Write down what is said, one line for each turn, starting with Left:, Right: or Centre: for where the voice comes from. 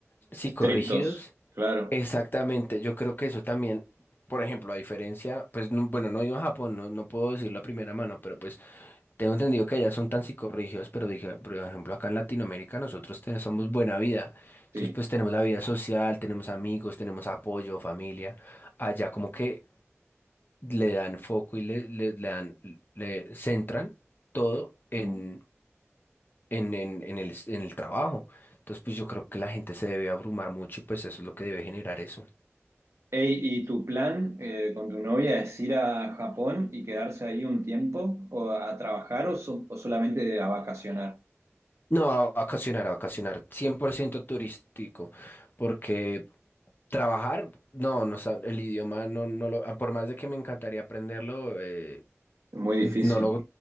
Left: psicorrígidos,
Right: Estrictos, claro,
Left: exactamente, yo creo que eso también, por ejemplo, a diferencia, pues no- bueno, no he ido a Japón, no, no puedo decirlo a primera mano, pero pues Tengo entendido que allá son tan psicorrígidos, pero dije, por ejemplo, acá en Latinoamérica nosotros te- somos buena vida. Entonces,
Right: sí.
Left: pues tenemos la vida social, tenemos amigos, tenemos apoyo, familia. Allá como que le dan foco y le, le- le dan, le centran todo en,
Right: Mm.
Left: en, en, en el, en el trabajo. Entonces, pues yo creo que la gente se debe abrumar mucho y pues eso es lo que debe generar eso.
Right: Ey, ¿y tu plan eh, con tu novia es ir a Japón y quedarse ahí un tiempo o a trabajar o, so- o solamente a vacacionar?
Left: No, a vacacionar, a vacacionar, 100% turístico, porque Trabajar, no, no, sab- el idioma no, no lo, por más de que me encantaría aprenderlo, eh,
Right: Muy difícil.
Left: no lo,